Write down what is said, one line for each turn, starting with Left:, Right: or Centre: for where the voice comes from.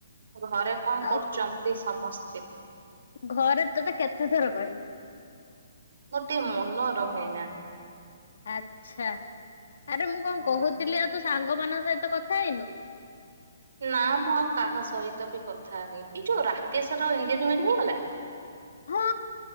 Right: ଘରେ କଣ
Left: ଆଉ
Right: କରୁଛନ୍ତି ସମସ୍ତେ?
Left: ଘରେ ତତେ କେତେ ଥର କହିବି?
Right: ମୋର ଟିକେ ମନ ରହେନା?
Left: ଆଛା ଆରେ ମୁଁ କଣ
Right: ହଁ
Left: କହୁଥିଲି ଆଉ ତୁ ସାଙ୍ଗମାନଙ୍କ ସହିତ କଥା ହେଇନୁ?
Right: ନା ମୁଁ ଆଉ କାହା ସହିତ ବି କଥା ହେଇନି ଏଇ ଯୋଉ ରାକେଶ ର ଏଗେଜମେଣ୍ଟ ହେଇଗଲା?
Left: ହଁ